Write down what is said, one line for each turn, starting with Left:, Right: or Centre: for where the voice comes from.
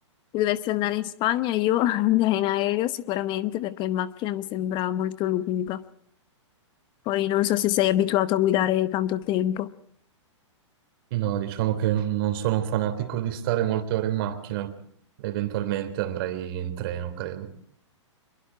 Left: Se dovessi andare in Spagna io <laughs> andrei in aereo sicuramente perché in macchina mi sembra molto lunga. Poi non so se sei abituato a guidare tanto tempo.
Right: No, diciamo che non sono un fanatico di stare molte ore in macchina, eventualmente andrei in treno, credo.